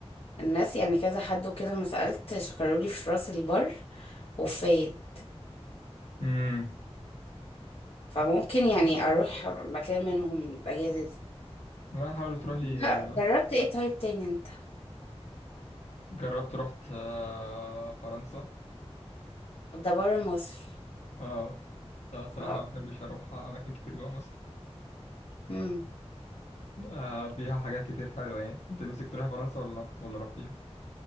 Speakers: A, on the left; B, on the left.
A: الناس يعني كذا حد وكده ما سالت شكروا لي في راس البر وفايد
B: امم
A: فممكن يعني اروح مكان منهم الاجازه دي
B: لا حاولت تروحي
A: لا
B: آه،
A: جربت ايه طيب تاني انت
B: جربت رحت آه، فرنسا
A: ده بره مصر
B: اه لا الصراحة
A: اه اوكي
B: ما بحبش أروح أماكن كتير جوه مصر
A: مم.
B: آه فيها حاجات كتير حلوة يعني انت نفسك تروحي فرنسا ولا لا ولا رحتيها